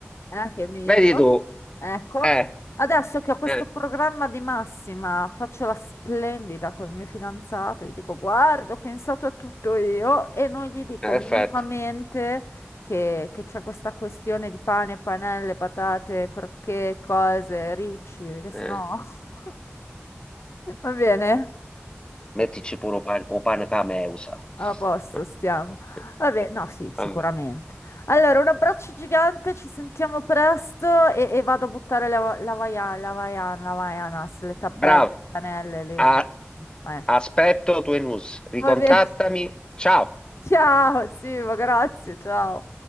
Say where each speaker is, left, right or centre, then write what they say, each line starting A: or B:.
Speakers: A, on the left; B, on the left.
A: Eh, che meglio.
B: vedi tu,
A: Ecco,
B: eh,
A: adesso che ho questo
B: eh,
A: programma di massima, faccio la splendida col mio fidanzato, gli dico, guarda, ho pensato a tutto io e non gli dico
B: perfetto.
A: minimamente che, che c'è questa questione di pane, panelle, patate, crocchè, cose, ricci, perché sennò...
B: Eh,
A: <laughs> Va bene?
B: mettici pure un pane, un pane cameusa.
A: A posto,
B: Eh,
A: stiamo.
B: eh,
A: Vabbè,
B: eh,
A: no, sì, sicuramente.
B: vabbè.
A: Allora, un abbraccio gigante, ci sentiamo presto e, e vado a buttare la, la vaia- la vaiana, la vaianas, le tappelle,
B: Bravo.
A: le canelle, lì,
B: A-
A: no. Eh.
B: aspetto tue news, ricontattami.
A: Va bene. <laughs>
B: Ciao!
A: Ciao, Simo, grazie, ciao.